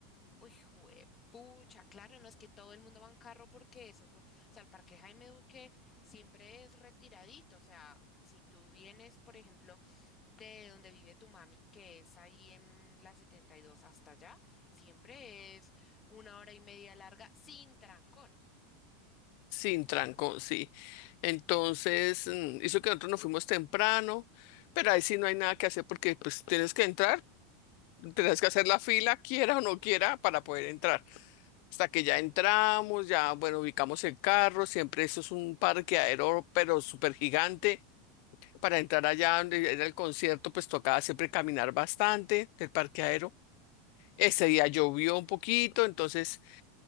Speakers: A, on the left; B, on the left.
A: Uy, jue- pucha, claro, no es que todo el mundo va en carro porque eso, o sea, el Parque Jaime Duque siempre es retiradito, o sea, si tú vienes, por ejemplo, de donde vive tu mami, que es ahí en la 72 hasta allá, siempre es una hora y media larga sin trancón.
B: Sin trancón, sí. Entonces, mm, hizo que nosotros nos fuimos temprano, pero ahí sí no hay nada que hacer porque pues tienes que entrar, tienes que hacer la fila, quiera o no quiera, para poder entrar. Hasta que ya entramos, ya, bueno, ubicamos el carro, siempre eso es un parqueadero, pero súper gigante. Para entrar allá donde era el concierto, pues tocaba siempre caminar bastante del parqueadero. Ese día llovió un poquito, entonces